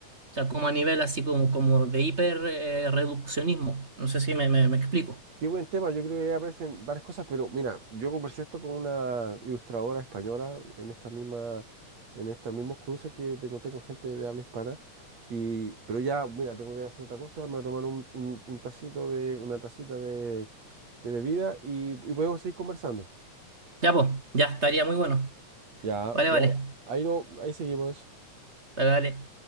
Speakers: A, on the right; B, on the right.
A: sea, como a nivel así como, como de hiper eh, reduccionismo, no sé si me, me, me explico.
B: Qué buen tema, yo creo que ahí aparecen varias cosas, pero mira, yo conversé esto con una ilustradora española en esta misma, en estos mismos cruces que te conté con gente de habla hispana, y, pero ya, mira, tengo que hacer otra cosa, me voy a tomar un, un- un tacito de, una tacita de, de bebida y, y podemos seguir conversando.
A: Ya, pues, ya estaría muy bueno.
B: Ya,
A: Vale,
B: vea,
A: vale,
B: ahí no, ahí seguimos.
A: vale, vale.